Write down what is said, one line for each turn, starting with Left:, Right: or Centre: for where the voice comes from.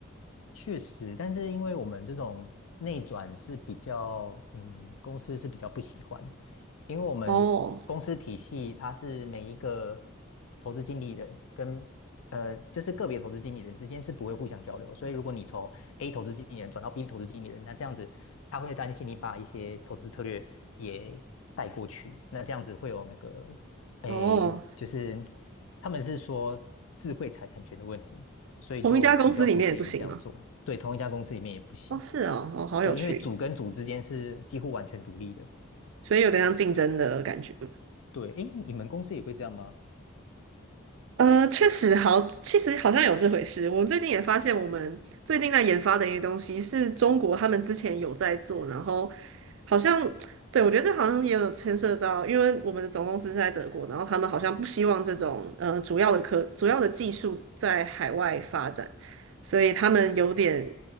Left: 确实，但是因为我们这种内转是比较，嗯，公司是比较不喜欢，因为我们公司体系它是每一个
Right: 哦
Left: 投资经理人跟呃，就是个别投资经理人之间是不会互相交流，所以如果你从 A 投资经理人转到 B 投资经理人，那这样子他会担心你把一些投资策略也带过去，那这样子会有那个，诶，
Right: 哦，
Left: 就是他们是说智慧财产权的问题。所以就比较不建议这样做。
Right: 同一家公司里面也不行吗？
Left: 对，同一家公司里面也不行。
Right: 哦，是哦，哦，好有趣，
Left: 对，因为组跟组之间是几乎完全独立的。
Right: 所以有点像竞争的感觉。
Left: 对，诶，你们公司也会这样吗？
Right: 呃，确实好，其实好像有这回事。我最近也发现，我们最近在研发的一些东西是中国他们之前有在做，然后好像，对，我觉得这好像也有牵涉到，因为我们的总公司是在德国，然后他们好像不希望这种呃主要的科主要的技术在海外发展，所以他们有点